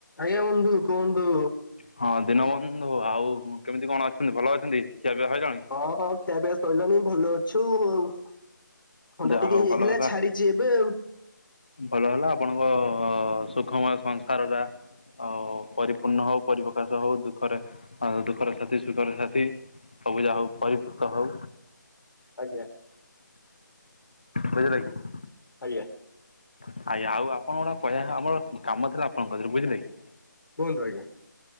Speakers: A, on the left; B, on the left.
A: ଆଜ୍ଞା ବନ୍ଧୁ କୁହନ୍ତୁ।
B: ହଁ ଦୀନବନ୍ଧୁ ଆଉ କେମିତି କଣ ଅଛନ୍ତି ଭଲ ଅଛନ୍ତି ଖିଆ ପିଆ ସଇଲାଣି?
A: ହଁ ହଁ ଖିଆପିଆ ସଇଲାଣି ଭଲ ଅଛୁ ଆଉ ଥଣ୍ଡା
B: ଯାହା
A: ଟିକେ
B: ହଉ
A: ହେଇଥିଲା
B: ଭଲ ହେଲା
A: ଛାଡି ଚି ଏବେ ଆଉ।
B: ଭଲ ହେଲା ଆପଣଙ୍କ ସୁଖମୟ ସଂସାର ଟା ଆଉ ପରିପୂର୍ଣ୍ଣ ହଉ ପରିପ୍ରକାଶ ହଉ ଦୁଃଖରେ ଆଉ ଦୁଃଖର ସାଥି ସୁଖର ସାଥି ସବୁଜା ହଉ ପରିପୂତ ହଉ।
A: ଆଜ୍ଞା।
B: ବୁଝିଲ କିି?
A: ଆଜ୍ଞା।
B: ଆଜ୍ଞା ଆଉ ଆପଣଙ୍କ ର କହିବା ଆମର କାମ ଥିଲା ଆପଣଙ୍କ କତିରେ ବୁଝିଲେ କି?
A: କୁଅନ୍ତୁ ଆଜ୍ଞା।